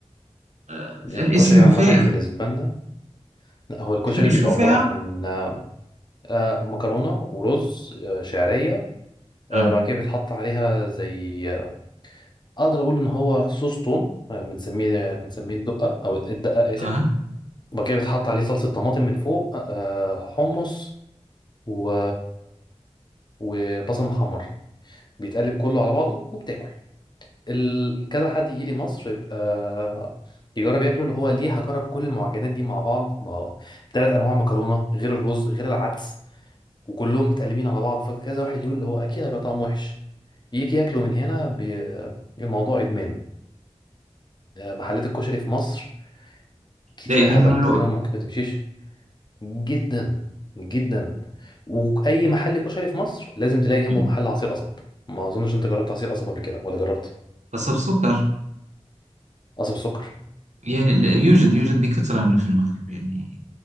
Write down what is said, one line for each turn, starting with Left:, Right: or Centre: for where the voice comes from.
Right: آه
Left: الكشري
Right: الاسم
Left: عامة
Right: في
Left: بالنسبة لنا لا هو الكشري
Right: شو
Left: بيبقى
Right: شو
Left: عبارة
Right: فيها
Left: عن آه، مكرونة ورز آه، شعرية آه،
Right: آه.
Left: بعد كده بيتحط عليها زي آه، اقدر اقول ان هو صوص توم آه، بنسميه آه، بنسميه الدقة او الدقة اسف
Right: آه.
Left: وبعد كده بيتحط عليه صلصة طماطم من فوق آه، حمص و... وبصل محمر بيتقلب كله على بعضه وبتاكل ال- كذا حد يجي لي مصر يبقى يجرب ياكله اللي هو ليه هجرب كل المعجنات دي مع بعض ما ثلاث انواع مكرونه غير الرز غير العدس وكلهم متقلبين على بعض فكذا واحد يقول اللي هو اكيد هيبقى طعمه وحش يجي ياكله من هنا بي... الموضوع ادمان آه، محلات الكشري في مصر كتيره
Right: دائما
Left: هبل
Right: مملوءة
Left: تقريبا ممكن ما تمشيش جدا جدا واي محل كشري في مصر لازم تلاقي جنبه
Right: مم.
Left: محل عصير قصب ما اظنش انت جربت عصير قصب قبل كده ولا جربت
Right: قصب سكر
Left: قصب السكر
Right: يعني لا- يوجد يوجد بكثرة في المغرب يعني